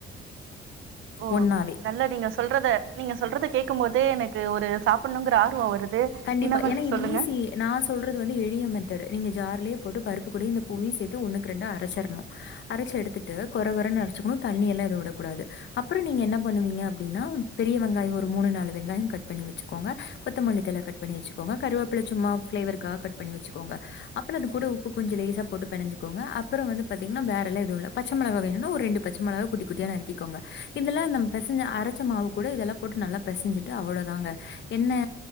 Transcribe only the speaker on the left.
ஒண்ணாவே.
கண்டிப்பா
ஏனா இது
ஈஸி நா சொல்றது வந்து எளிய மெத்தடு நீங்க ஜார்லயே போட்டு பருப்பு கூட இந்த பூவி சேத்து ஒண்ணுக்கு ரெண்டா அரச்சு எறக்கணு அரச்சு எடுத்துட்டு கொற கொறன்னு அரச்சுக்கனு தண்ணி எல்லா எது விடக் கூடாது அப்பறோ நீங்க என்ன பண்ணுவீங்க அப்டினா பெரிய வெங்காயோ ஒரு மூணு நாலு வெங்காயோ கட் பண்ணி வச்சுக்கோங்க கொத்தமல்லி தல கட் கட் பண்ணி வச்கோங்க கருவேப்பிலை சும்மா ஃபிளேவர்க்கா கட் பண்ணிச்சுக்கோங்க அப்பறோ அது கூட உப்பு கொஞ்சோ லேசா போட்டு பெணஞ்சுக்கோங்க அப்பறோ வந்து பாத்தீங்கன்னா வேறல்ல எதுவு பச்ச மெளகா வேணுனா ஒரு ரெண்டு பச்ச மெளகா குட்டி குட்டியா நறுக்கிகோங்க இதெல்லா அந்த பெசஞ்ச அரச்ச மாவு கூட இதெல்லா போட்டு நல்லா பெசஞ்சு ட்டு அவ்ளோதாங்க என்ன